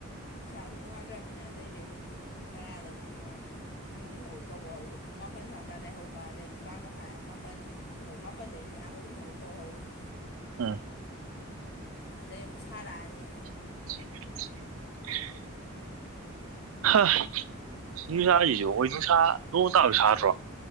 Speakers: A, on the left; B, on the right.
A: ꯏꯁꯥꯁꯨ ꯅꯨꯡꯉꯥꯏꯇ꯭ꯔꯕꯃꯤꯅ ꯑꯗꯩꯗꯤ ꯑꯃꯨꯛ ꯄꯨꯡ ꯀꯌꯥꯗꯅꯣꯔꯒ ꯏꯃꯨꯡ ꯊꯕꯛ ꯇꯧꯕ ꯍꯧꯔꯤꯁꯦ ꯄꯨꯡ ꯃꯥꯄꯜ ꯁ꯭ꯋꯥꯢꯗꯩ ꯍꯧꯕ ꯑꯗꯩ ꯅꯤꯄꯥꯥꯟ ꯃꯈꯥꯏ ꯃꯥꯄꯜ ꯍꯣꯏ ꯃꯥꯄꯜꯗꯩꯅꯦ ꯑꯌꯥꯝꯕ ꯑꯗꯨꯝ ꯊꯕꯛ ꯇꯧꯍꯧꯔꯤꯁ
B: ꯎꯝ
A: ꯑꯗꯩ ꯑꯃꯨꯛ ꯁꯥꯔꯛꯑꯅꯤ
B: <inaudible> ꯍ ꯅꯨꯡꯁꯥꯁꯤꯁꯨ ꯍꯣꯢ ꯅꯨꯡꯁꯥ ꯅꯣꯡ ꯇꯥꯔꯁꯨ ꯁꯥꯗ꯭ꯔꯣ